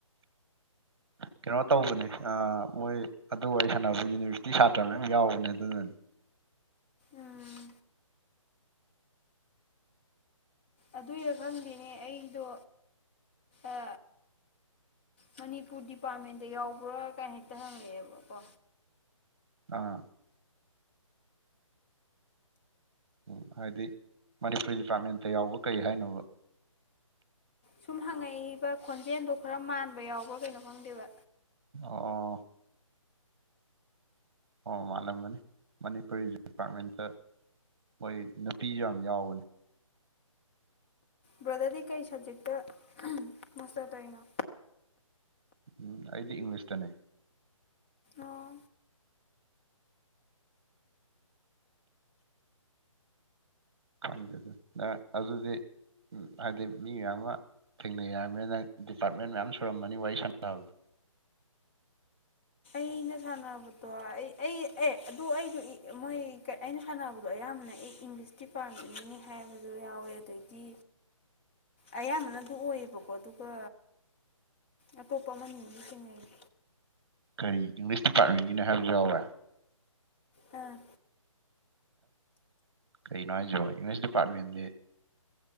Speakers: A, on the right (about 50°); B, on the left (about 20°).
A: ꯀꯩꯅꯣ ꯇꯧꯕꯅꯦ ꯑ ꯃꯣꯏ ꯑꯗꯨ ꯋꯥꯔꯤ ꯁꯥꯟꯅꯕ ꯌꯨꯅꯤꯚꯔꯁꯤꯇꯤ ꯁꯥꯇ꯭ꯔ ꯃꯌꯥꯝ ꯌꯥꯎꯕꯅꯦ ꯑꯗꯨꯅꯅꯤ
B: ꯎꯝ ꯑꯗꯨꯏꯔꯥ ꯈꯪꯗꯦꯅꯦ ꯑꯩꯗꯣ ꯑ ꯃꯅꯤꯄꯨꯔ ꯗꯤꯄꯥꯔꯠꯃꯦꯟꯗ ꯌꯥꯎꯕ꯭ꯔꯥ ꯀꯥꯏ ꯍꯦꯛꯇ ꯍꯪꯉꯛꯑꯦꯕꯀꯣ
A: ꯑꯥ ꯎꯝ ꯍꯥꯏꯗꯤ ꯃꯅꯤꯄꯨꯔꯤ ꯗꯤꯄꯥ꯭ꯔꯠꯃꯦꯟꯇ ꯌꯥꯎꯕ ꯀꯩ ꯍꯥꯏꯅꯣꯕ
B: ꯁꯨꯝ ꯍꯪꯉꯛꯏꯕ ꯈꯣꯟꯖꯦꯟꯗꯣ ꯈꯔ ꯃꯥꯟꯕ ꯌꯥꯎꯕ꯭ꯔꯥ ꯀꯩꯅꯣ ꯈꯪꯗꯦꯕ
A: ꯑꯣ ꯑꯣ ꯑꯣ ꯃꯥꯜꯂꯝꯃꯅꯤ ꯃꯅꯤꯄꯨꯔꯤ ꯗꯤꯄꯥ꯭ꯔꯠꯃꯦꯟꯇ ꯃꯣꯏ ꯅꯨꯄꯤꯁꯨ ꯌꯥꯝ ꯌꯥꯎꯕꯅꯤ
B: ꯕ꯭ꯔꯗꯔꯗꯤ ꯀꯩ ꯁꯕꯖꯦꯛꯇ ꯃꯥꯁꯇꯔ ꯇꯔꯤꯅꯣ
A: ꯎꯝ ꯑꯩꯗꯤ ꯏꯪꯂꯤꯁꯇꯅꯦ
B: ꯑꯣ
A: ꯈꯪꯗꯦꯗ ꯅꯪ ꯑꯗꯨꯗꯤ ꯎꯝ ꯍꯥꯏꯗꯤ ꯃꯤ ꯃꯌꯥꯝ ꯑꯃ ꯊꯦꯡꯅꯩ ꯍꯥꯏꯕꯅꯤꯅ ꯅꯪ ꯗꯤꯄꯥ꯭ꯔꯠꯃꯦꯟ ꯃꯌꯥꯝ ꯁꯨꯔꯝꯃꯅꯤ ꯋꯥꯔꯤ ꯁꯥꯟꯅꯕꯗꯣ
B: ꯑꯩꯅ ꯁꯥꯟꯅꯕꯗꯣ ꯑꯩ ꯑꯩ ꯑꯦ ꯑꯗꯨ ꯑꯩꯗꯣ ꯃꯣꯏ ꯑꯩꯅ ꯁꯥꯟꯅꯕꯗꯣ ꯑꯌꯥꯝꯕꯅ ꯑꯩ ꯏꯪꯂꯤꯁ ꯗꯤꯄꯥ꯭ꯔꯠꯃꯦꯟꯒꯤꯅꯤ ꯍꯥꯏꯕꯖꯨ ꯌꯥꯎꯋꯦ ꯑꯗꯩꯗꯤ ꯑꯌꯥꯝꯕꯅ ꯑꯗꯨ ꯑꯣꯏꯌꯦꯕꯀꯣ ꯑꯗꯨꯒ ꯑꯇꯣꯞꯄ ꯑꯃꯅꯤ ꯑꯃꯖꯨ ꯊꯦꯡꯅꯩꯌꯦ
A: ꯀꯔꯤ ꯏꯪꯂꯤꯁ ꯗꯤꯄꯥ꯭ꯔꯠꯃꯦꯟꯒꯤꯅꯤ ꯍꯥꯏꯕꯁꯨ ꯌꯥꯎꯋꯦ
B: ꯑꯥ
A: ꯀꯩꯩꯅꯣ ꯍꯥꯏꯖꯤꯕꯣ ꯏꯪꯂꯤꯁ ꯗꯤꯄꯥ꯭ꯔꯠꯃꯦꯟꯗꯤ